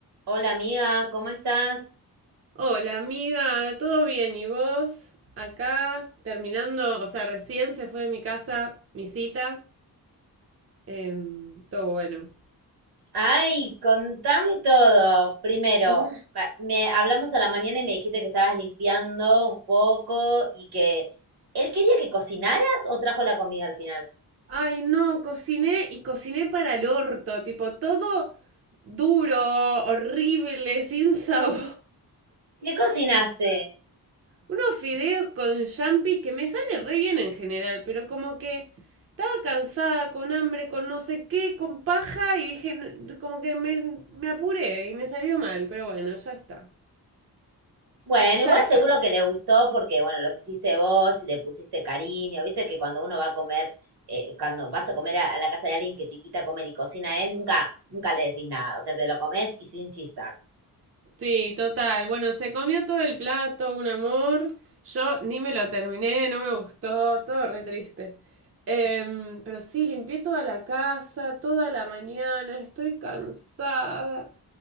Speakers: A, on the right; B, on the right.
A: Hola amiga, ¿cómo estás?
B: Hola amiga, ¿todo bien? ¿Y vos? Acá terminando, o sea, recién se fue de mi casa mi cita. em, todo bueno.
A: Ay, contame todo. Primero,
B: <laughs>
A: ma- me hablamos a la mañana y me dijiste que estabas limpiando un poco y que él quería que cocinaras o trajo la comida al final.
B: Ay, no, cociné y cociné para el orto, tipo todo duro, horrible, sin sabor.
A: ¿Qué cocinaste?
B: <laughs> Unos fideos con champis que me sale re bien en general, pero como que estaba cansada, con hambre, con no sé qué, con paja y dije, "N- como que me, me apuré y me salió mal, pero bueno, ya está.
A: Bueno,
B: Ya
A: igual
B: está.
A: seguro que le gustó porque, bueno, los hiciste vos y le pusiste cariño. Viste que cuando uno va a comer, eh, cuando vas a comer a, a la casa de alguien que te invita a comer y cocina él, nunca, nunca le decís nada. O sea, te lo comes y sin chistar.
B: Sí, total. Bueno, se comió todo el plato, un amor. Yo ni me lo terminé, no me gustó, todo re triste. Em, pero sí, limpié toda la casa, toda la mañana, estoy cansada.